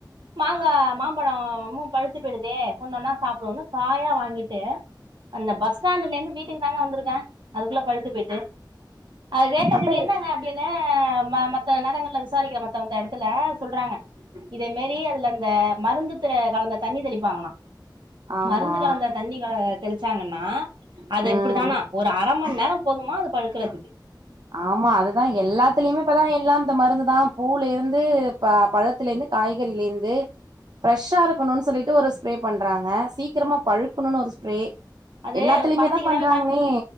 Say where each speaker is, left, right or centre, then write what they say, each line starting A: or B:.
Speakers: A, on the right; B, on the right.
A: மாங்கா மாம்பழொமு பழுத்து போய்டுதே ஒண்ணொன்னா சாப்டுவோன்னு காயா வாங்கிட்டே அந்த பஸ் ஸ்டாண்டுலேந்து வீட்டுக்கு தாங்க வந்திருக்கே அதுக்குள்ள பழுத்து பேய்ட்டு அது கேட்டதுக்கு
B: அப்ப
A: என்னங்க அப்டின்னு ம மத்த நேரங்கள்ல விசா விசாரிக்கிற மத்த மத்த எடத்துல சொல்றாங்க இதமேரி அதுல அந்த மருந்து கலந்த தண்ணி தெளிப்பாங்களா
B: ஆமா
A: மருந்து கலந்த தண்ணிகள தெளிச்சாங்கன்னா அது
B: ம்
A: இப்டிதானா ஒரு அர மண் நேரோ போதுமா அது பழுக்கறதுக்கு
B: ஆமா அதுதா எல்லாத்துலயுமே இப்பதா எல்லாம் இந்த மருந்து தா பூவுலேருந்து ப பழத் த்துலேருந்து காய்கறிலேருந்து ஃப்ரெஷ்ஷா இருக்கணுன் சொல்லிட்டு ஒரு ஸ்ப்ரே பண்றாங்க சீக்கிரமா பழுக்குணுன் ஒரு ஸ்ப்ரே
A: அது
B: எல்லாத்துலயுமே
A: பாத்தீங்கன்னாவே
B: தா பண்றாங்களே
A: கண்